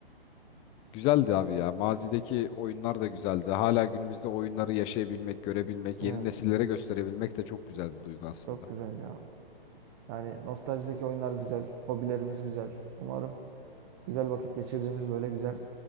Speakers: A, on the left; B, on the right.
A: Güzeldi abi ya. Mazideki oyunlar da güzeldi. Hala günümüzde oyunları yaşayabilmek, görebilmek,
B: Evet.
A: yeni nesillere gösterebilmek de çok güzel bir duygu aslında.
B: Çok güzel ya. Yani nostaljideki oyunlar güzel. Hobilerimiz güzel. Umarım güzel vakit geçirdiğimiz böyle güzel